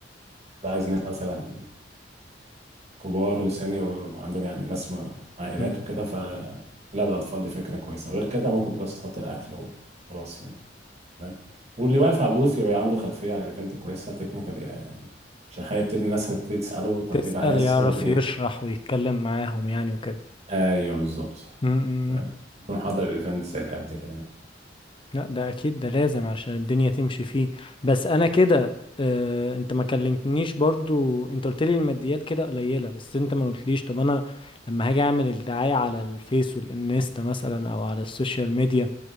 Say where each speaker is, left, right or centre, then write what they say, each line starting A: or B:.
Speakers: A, on the right; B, on the left.
A: عايز ناس مثلا كبار وسينيور وعندهم يعني ناس م- عائلات
B: مم.
A: وكده فلعب الاطفال دي فكره كويسه غير كده ممكن بس تحط الاكل وخلاص يعني تمام واللي واقف على البوث يبقى عنده خلفيه عن الايفنت كويسه تكنيكال يعني عشان هيبتدي الناس هتبتدي تساله طب
B: تسأل
A: ايه اللي هيحصل
B: يعرف
A: وايه
B: يشرح ويتكلم معاهم يعني وكده
A: ايوه بالظبط
B: مم.
A: تمام يكون حضر الايفنت زي ده قبل كده يعني.
B: لا ده اكيد ده لازم عشان الدنيا تمشي فيه بس انا كده آه، انت ما كلمتنيش برضو انت قلت لي الماديات كده قليلة بس انت ما قلتليش طب انا لما هاجي اعمل الدعاية على الفيس والانستا مثلا او على السوشيال ميديا